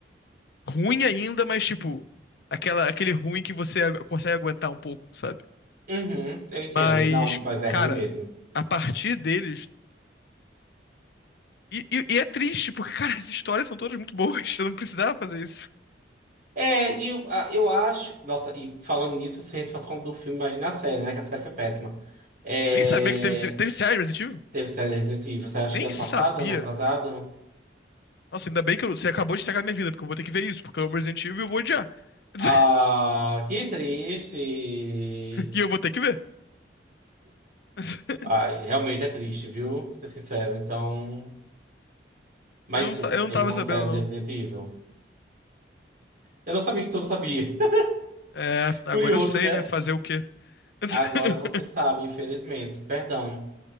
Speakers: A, on the left; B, on the right.
A: Ruim ainda, mas, tipo, aquela, aquele ruim que você ag- consegue aguentar um pouco, sabe?
B: Uhum, eu entendo.
A: Mas,
B: Não, mas é
A: cara,
B: ruim mesmo.
A: a partir deles E, e- e é triste, porque, cara, as histórias são todas muito boas. Eu não precisava fazer isso.
B: É, e eu, a- eu acho. Nossa, e falando nisso, se a gente for falando do filme, imagina a série, né? Que a série foi péssima. É,
A: Nem sabia que teve, teve série Resident Evil.
B: teve série de Resident Evil, você acha
A: Nem
B: que ano
A: sabia.
B: passado, ano retrasado?
A: Nossa, ainda bem que eu- você acabou de estragar minha vida, porque eu vou ter que ver isso, porque eu amo Resident Evil e eu vou odiar. <laughs>
B: Ah, que triste.
A: E eu vou ter que ver. <laughs>
B: Ai, realmente é triste, viu? Pra ser sincero. Então. Mas
A: Eu não,
B: sim,
A: sa- eu não
B: tem
A: tava
B: uma
A: sabendo,
B: série
A: não.
B: de Resident Evil. Eu não sabia que tudo sabia.
A: É,
B: <laughs>
A: agora
B: Curioso,
A: eu sei,
B: né?
A: né? Fazer o quê? <laughs>
B: Agora você sabe, infelizmente. Perdão.